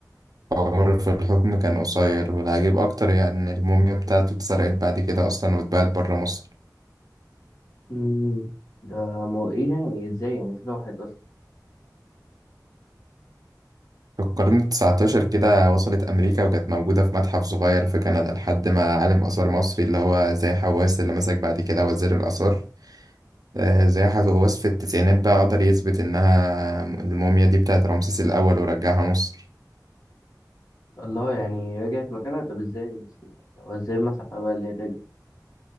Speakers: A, on the right; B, on the left.
A: عمره في الحكم كان قصير والعجيب أكتر يعني إن الموميا بتاعته اتسرقت بعد كده أصلا واتباعت برا مصر
B: مم. ده مو ايه ده؟ يعني ازاي يعني فين راحت أصلا؟
A: في القرن التسعتاشر كده وصلت أمريكا وكانت موجودة في متحف صغير في كندا لحد ما عالم آثار مصري اللي هو زي حواس اللي مسك بعد كده وزير الآثار آه، زي وصف التسعينات بقى قدر يثبت إنها الموميا دي بتاعت رمسيس الأول ورجعها مصر
B: الله يعني رجعت مكانها طب ازاي أصلا يعني هو ازاي المتحف بقى اللي هي ترجع؟